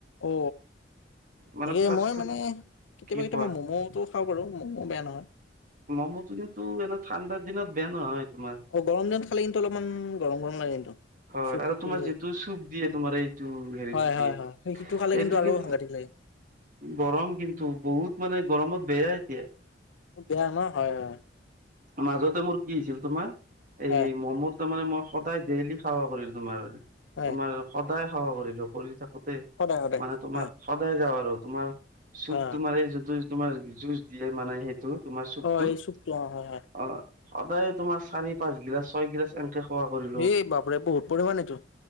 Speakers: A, on the left; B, on the right.
A: অ
B: মানে
A: তাকে
B: ফাষ্ট
A: মই
B: ফুড
A: মানে কেতিয়াবা
B: কি
A: কেতিয়াবা
B: কোৱা
A: মমটো খাওঁ বাৰো। মোকটো বেয়া নহয়
B: ম'ম টো কিন্তু এনে ঠাণ্ডাৰ দিনত বেয়া নহয়। তোমাৰ।
A: অ গৰম দিন খালে কিন্তু অলপমান গৰম গৰম লাগে কিন্তু।
B: হয়
A: চুখ
B: আৰু
A: পুৰি
B: তোমাৰ
A: যায়
B: যিটো চুপ দিয়ে তোমাৰ এইটো হেৰিটো
A: হয়
B: দিয়ে।
A: হয় হয় সেই সিটো খালে কিন্তু
B: এইটো
A: আৰু
B: কি
A: সাংঘাতিক লাগে
B: গৰম কিন্তু বহুত মানে গৰমত বেয়া এতিয়া
A: খুব বেয়া ন। হয় হয়
B: মাজতে মোৰ কি হৈছিল তোমাৰ।
A: হয়
B: এই মমত মে মই সদায় ডেইলি সেৱা কৰিলো তোমাৰ।
A: হয়
B: তোমাৰ সদায় সেৱা কৰিলো কৰি তাতে
A: সদায় সদায়
B: মানে তোমাৰ
A: হয়
B: সদায় যাওঁ আৰু। তোমাৰ চুপ
A: অ
B: তোমাৰ এই যিটো তোমাৰ জুচ দিয়ে মানে সেইটো তোমাৰ চুপটো।
A: অ এই অ হয় হয়।
B: অ সদায় তোমাৰ চাৰি পাঁচ গিলাচ ছয় গিলাছ এনকে খোৱা কৰিলো
A: এই বাপৰে বহুত পৰিমান এইটো।